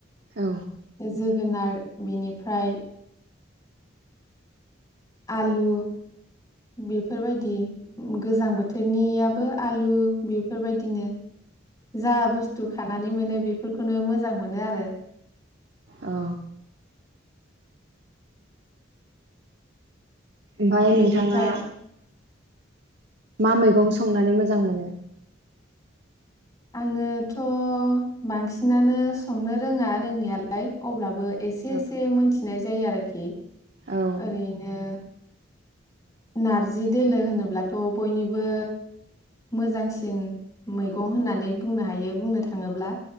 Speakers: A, on the right; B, on the left.
A: औ
B: जोगोनार बिनिफ्राय आलु बेफोरबायदि गोजां बोथोरनियाबो आलु बेफोरबायदिनो जा बुस्थु खानानै मोनो बेफोरखौनो मोजां मोनो आरो।
A: औ ओमफाय नोंथाङा
B: बेनिफ्राय
A: मा मैगं संनानै मोजां मोनो?
B: आङोथ' बांसिनानो संनो रोङा रोंनायालाय अब्लाबो एसे
A: औ
B: एसे मोनथिनाय जायो आरोखि।
A: औ
B: ओरैनो नारजि दोलो होनोब्लाथ' बयनिबो मोजांसिन मैगं होननानै बुंनो हायो बुंनो थाङोब्ला।